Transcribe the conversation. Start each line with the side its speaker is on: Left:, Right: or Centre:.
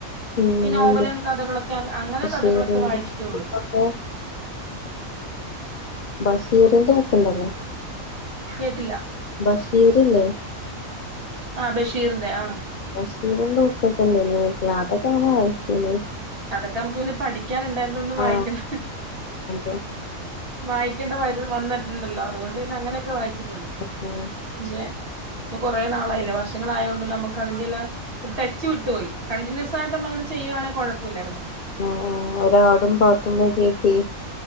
Left: ഉം
Right: ഈ നോവലും കഥകളൊക്കെ അങ്ങ അങ്ങനെ
Left: ബഷീറിന്റെ
Right: കഥകളൊക്കെ വായിച്ചിട്ടേ ഒള്ളു
Left: ബുക്കൊക്കെ ബഷീറിന്റെ ബുക്ക്ണ്ടല്ലോ
Right: കേട്ടില്ല
Left: ബഷീറ് ല്ലേ
Right: ആഹ് ബഷീറിന്റെ ആഹ്
Left: ബഷീറിന്റെ ബുക്കൊക്കെ ഇണ്ടേനി അതൊക്കെ ഇങ്ങനെ വായിച്ചീനി
Right: അതൊക്കെ നമ്മക്ക് പിന്നെ പഠിക്കനുണ്ടായിരുന്നോണ്ട് വായിക്കണ്ട
Left: ആഹ് അതെ
Right: വായിക്കേണ്ട വ വന്നിട്ടുണ്ടല്ലോ അതുകൊണ്ട് പിന്നെ അങ്ങനെക്കെ വായിച്ചിട്ടുണ്ട്
Left: <unintelligible>
Right: പക്ഷെ ഇപ്പൊ കൊറെ നാളായില്ലേ വർഷങ്ങളായോണ്ട് നമ്മക്ക് അതിന്റെല്ല ഒരു ടച്ച് വിട്ടുപോയി കണ്ടിന്യൂസ് ആയിട്ട് നമ്മളങ്ങനെ ചെയ്യുവാണെ കോഴപ്പല്ലായിരുന്നു
Left: ആഹ് ഒരാടും പാത്തുമ്പോ കേറ്റി